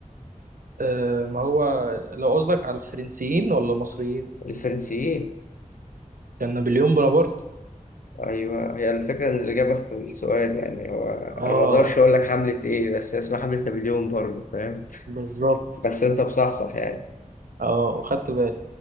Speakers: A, on the right; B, on the left.
A: أه ما هو لو قصدك على الفرنسيين ولا المصريين
B: الفرنسيين
A: كان نابليون بونابرت
B: ايوه هي الفكره ان الاجابه في السؤال يعني هو
A: اه
B: انا ما اقدرش اقول لك حمله ايه بس هي اسمها حمله نابليون برضه فاهم
A: بالظبط
B: بس انت بصحصح يعني
A: اه وخدت بالي